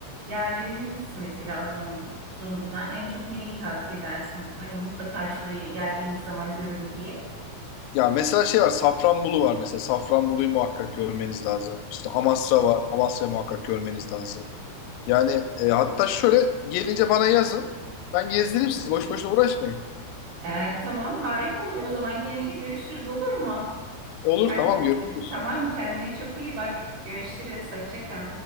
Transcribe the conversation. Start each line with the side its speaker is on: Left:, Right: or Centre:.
Right: yerleri neresi mesela Zon- Zonguldak'ın en çok nereyi tavsiye edersin? Hani mutlaka şurayı geldiğiniz zaman görün diye.
Left: Ya mesela şey var Safranbolu var mesela. Safranbolu'yu muhakkak görmeniz lazım. İşte Amasra var. Amasra'yı muhakkak görmeniz lazım. Yani e, hatta şöyle gelince bana yazın. Ben gezdiririm sizi. Boş boşuna uğraşmayın.
Right: Ee, tamam harika olur. O zaman gelince görüşürüz olur mu?
Left: Olur
Right: Kend-
Left: tamam görüşürüz.
Right: e, tamam kendine çok iyi bak. Görüşürüz. Hoşça kal.